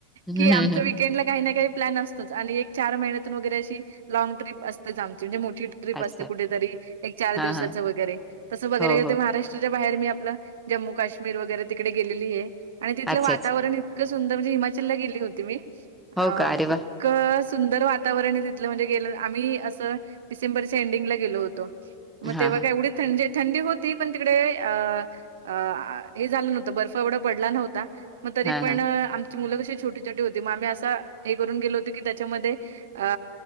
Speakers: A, in the centre; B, on the right.
A: हम्म
B: की आमच
A: हम्म हम्म
B: वकेंड ला काही ना काही प्लॅन अस आणि एक चार महिन्यात वगैरे अशी लँग ट्र्रीप असतेच आमची जी मोठी ट्रिप
A: अच्छा
B: असते कुठेतरी एक चार
A: हा
B: दिवसाचं
A: हा
B: वगैरे तसं बघायला
A: हो हो
B: गे महाराष्ट्राच्या बाहेर मी आपलं जम्मू काश्मीर वगैरे तिकडे गेलेली आहे आणि तिथलं
A: अच्छा
B: वातावरण
A: अच्छा
B: इतकं सुंदर म्हणजे हिमाचलला गेली होती मी अ
A: हो का अरे वा
B: क सुंदर वातावरण आहे तिथलं म्हणजे गेलं आम्ही असं डिसेंबरच्या एंडिंगला गेलो होतो. मग
A: हा
B: तेव्हा
A: हा
B: का एवढी थंडी थंडी होती पण तिकडे अ अ हे झालं नव्हतं बर्फ एवढं पडला नव्हता मग तरी
A: हा
B: पण
A: हा
B: आ मुलं कशी छोटी-छोटी होती म आम्ही हे करून गेलो होतो त्याच्यामध्ये अ